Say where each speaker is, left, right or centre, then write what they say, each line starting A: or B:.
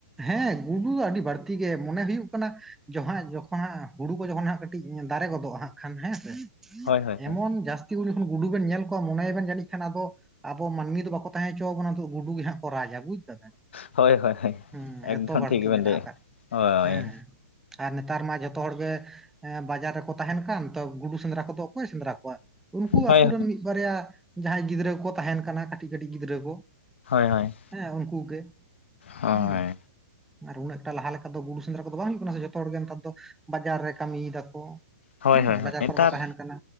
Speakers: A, in the centre; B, on the left (about 60°).
A: ᱦᱮᱸ ᱜᱩᱰᱩ ᱫᱚ ᱟᱹᱰᱤ ᱵᱟᱹᱲᱛᱤ ᱜᱮ ᱢᱚᱱᱮ ᱦᱩᱭᱩᱜ ᱠᱟᱱᱟ ᱡᱚᱦᱟᱜᱼᱮ ᱡᱚᱠᱷᱚᱱ ᱦᱟᱸᱜ ᱦᱩᱲᱩ ᱠᱚ ᱡᱚᱠᱷᱚᱱ ᱦᱟᱸᱜ ᱠᱟᱹᱴᱤᱡ ᱫᱟᱨᱮ ᱜᱚᱫᱚᱜᱼᱟ ᱦᱟᱸᱜ ᱠᱷᱟᱱ ᱦᱮᱸ ᱥᱮ
B: ᱦᱳᱭ ᱦᱳᱭ ᱦᱳᱭ
A: ᱮᱢᱚᱱ ᱡᱟᱹᱥᱛᱤ ᱠᱩ ᱡᱚᱠᱷᱚᱱ ᱜᱩᱰᱩ ᱵᱮᱱ ᱧᱮᱞ ᱠᱚᱣᱟ ᱢᱚᱱᱮᱭᱭᱟ ᱵᱮᱱ ᱡᱟᱹᱱᱤᱡ ᱠᱷᱟᱱ ᱟᱫᱚ ᱟᱵᱚ ᱢᱟᱹᱱᱢᱤ ᱫᱚ ᱵᱟᱠᱚ ᱛᱟᱦᱮᱸ ᱦᱚᱪᱚ ᱵᱚᱱᱟ ᱫᱚ ᱜᱩᱰᱩ ᱜᱮ ᱦᱟᱸᱜ ᱠᱚ ᱨᱟᱡᱟ ᱵᱩᱡ ᱫᱟᱵᱮᱱ
B: ᱦᱳᱭ ᱦᱳᱭ
A: ᱦᱮᱸ
B: ᱮᱠᱫᱚᱢ
A: ᱮᱛᱚ ᱵᱟᱹᱲᱛᱤ
B: ᱴᱷᱤᱠ ᱜᱮᱵᱮᱱ
A: ᱢᱮᱱᱟᱜ
B: ᱞᱟᱹᱭᱮᱫᱼᱟ
A: ᱟᱠᱟᱫ
B: ᱦᱳᱭ
A: ᱦᱮᱸ ᱟᱨ ᱱᱮᱛᱟᱨ ᱢᱟ ᱡᱷᱚᱛᱚ ᱦᱚᱲᱜ ᱵᱟᱡᱟᱨ ᱨᱮᱠᱚ ᱛᱟᱦᱮᱱ ᱠᱟᱱ ᱛᱚ ᱜᱩᱰᱩ ᱥᱮᱸᱫᱽᱨᱟ ᱠᱚᱫᱚ ᱚᱠᱚᱭᱮ ᱥᱮᱸᱫᱽᱨᱟ ᱠᱚᱣᱟ ᱩᱱᱠᱩ
B: ᱦᱳᱭ
A: ᱟᱛᱩ ᱨᱮᱱ ᱢᱤᱫ ᱵᱟᱨᱭᱟ ᱡᱟᱦᱟᱸᱭ ᱜᱤᱫᱽᱨᱟᱹ ᱠᱚ ᱛᱟᱦᱮᱱ ᱠᱟᱱᱟ ᱠᱟᱹᱴᱤᱡ ᱠᱟᱹᱴᱤᱡ ᱜᱤᱫᱽᱨᱟᱹ ᱠᱚ
B: ᱦᱳᱭ ᱦᱳᱭ
A: ᱦᱮᱸ ᱩᱱᱠᱩ ᱜᱮ
B: ᱦᱳᱭ
A: ᱦᱩᱸ ᱟᱨ ᱩᱱᱟᱹᱜ ᱴᱟᱜ ᱞᱟᱦᱟ ᱞᱮᱠᱟ ᱫᱚ ᱵᱩᱨᱩ ᱥᱮᱸᱫᱽᱨᱟ ᱠᱚᱫᱚ ᱵᱟᱝ ᱦᱩᱭᱩᱜ ᱠᱟᱱᱟ ᱥᱮ ᱡᱚᱛᱚ ᱦᱚᱲ ᱱᱮᱛᱟᱨ ᱫᱚ ᱵᱟᱡᱟᱨ ᱨᱮ ᱠᱟᱹᱢᱤᱭ ᱫᱟᱠᱚ
B: ᱦᱳᱭ ᱦᱳᱭ
A: ᱦᱮᱸ
B: ᱦᱳᱭ
A: ᱵᱟᱡᱟᱨ
B: ᱱᱮᱛᱟᱨ
A: ᱠᱚᱨᱮ ᱠᱚ ᱛᱟᱦᱮᱱ ᱠᱟᱱᱟ